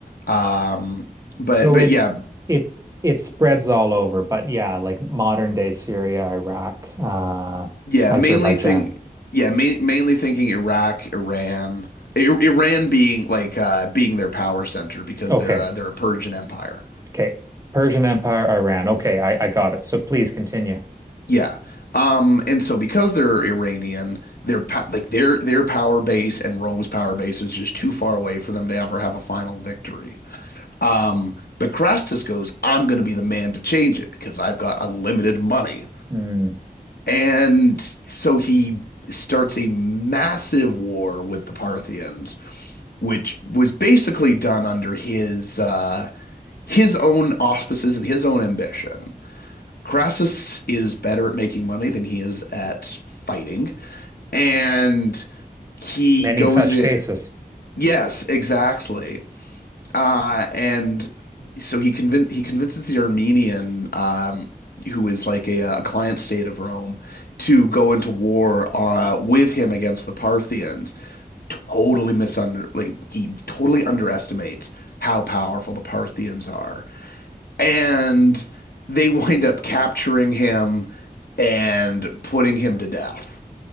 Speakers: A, on the left; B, on the right.
A: Um, but
B: So
A: but
B: it
A: yeah,
B: it it spreads all over, but yeah, like modern day Syria, Iraq, uh,
A: yeah,
B: Azerbaijan.
A: mainly think yeah, ma mainly thinking Iraq, Iran, I Iran being like uh, being their power center because
B: Okay.
A: they're uh, they're a Persian empire.
B: Okay. Persian Empire, Iran. Okay, I, I got it. So please continue.
A: Yeah. Um, and so because they're Iranian, their pa- like their their power base and Rome's power base is just too far away for them to ever have a final victory. Um, but Crassus goes, I'm going to be the man to change it because I've got unlimited money.
B: Hmm.
A: And so he starts a massive war with the Parthians, which was basically done under his uh, his own auspices and his own ambition. Crassus is better at making money than he is at fighting. And he
B: Many
A: goes
B: such
A: in.
B: cases.
A: Yes, exactly. Uh, and so he convin- he convinces the Armenian, um, who is like a, a client state of Rome, to go into war uh, with him against the Parthians. Totally misunder like he totally underestimates how powerful the Parthians are and they wind up capturing him and putting him to death.